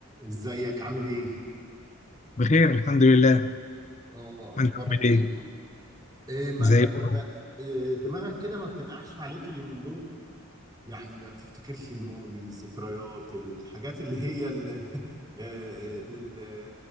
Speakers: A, on the right (about 15°); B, on the left (about 30°).
A: ازيك عامل ايه؟
B: بخير الحمد لله
A: اه
B: انت
A: اخبارك
B: عامل
A: ايه؟
B: ايه
A: إيه ما
B: زي
A: ما
B: الفل.
A: ما إيه دماغك كده ما بتنقحش عليك اليومين دول؟ يعني ما بتفتكرش الماضي، الذكريات، الحاجات اللي هي اللي, <laughs> اللي